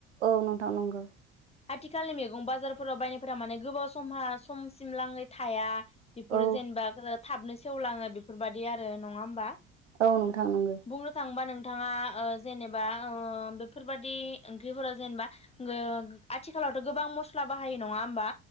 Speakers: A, on the right (about 75°); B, on the left (about 15°).
A: औ नोंथां नंगौ
B: आथिखालनि मैगं बाजारफोराव बायनायफोरा माने गोबाव समहा समसिम लाङै थाया इफोरो
A: औ
B: जेनबा गोरा थाबनो सेवलाङो बेफोरबायदि आरो नङा होमबा
A: औ नोंथां नोंगौ
B: बुंनो थाङोबा नोंथाङा ओ जेनेबा ओ बेफोरबादि ओंख्रिफोरा जेनेबा ओ आथिखालावथ गोबां मस्ला बाहायो नङा होमबा